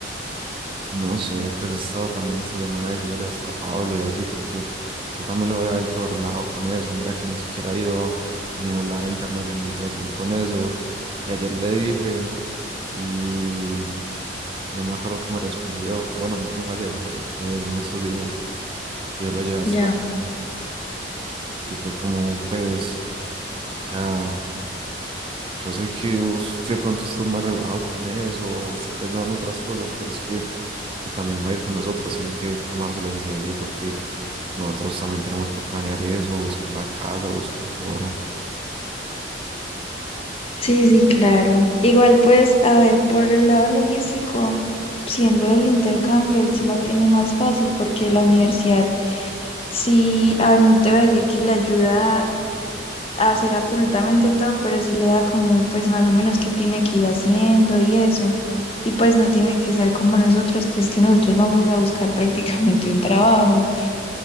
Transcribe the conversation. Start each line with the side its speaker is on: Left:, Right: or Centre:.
Right: no sé, pues he estado también esta semana diciéndole hasta a Pablo y así, porque yo también lo veo a él todo relajado con eso. Mira que ni siquiera ha ido ni a hablar a internacionalización con eso. Y ayer le dije, y, y no me acuerdo qué me respondió. Bueno, no, no fue ayer, no fue ayer, fue en estos días. Yo lo llevé hasta
Left: Ya.
Right: la casa y fue como, pues. O sea, yo sé que vos de pronto estás más relajado con eso, o está pensando en otras cosas, pero es que si también va a ir con nosotros, tiene que tomárselo en serio porque nosotros también tenemos que planear eso, buscar la casa, buscar todo.
Left: Sí, sí, claro. Igual pues, a ver, por el lado logístico, siendo del intercambio, él sí la tiene más fácil porque la universidad sí, a ver, no te voy a decir que le ayuda a hacer absolutamente todo, pero sí le da como pues más o menos qué tiene que ir haciendo y eso. Y pues no tiene que ser como nosotros, que es que nosotros vamos es a buscar <laughs> prácticamente un trabajo.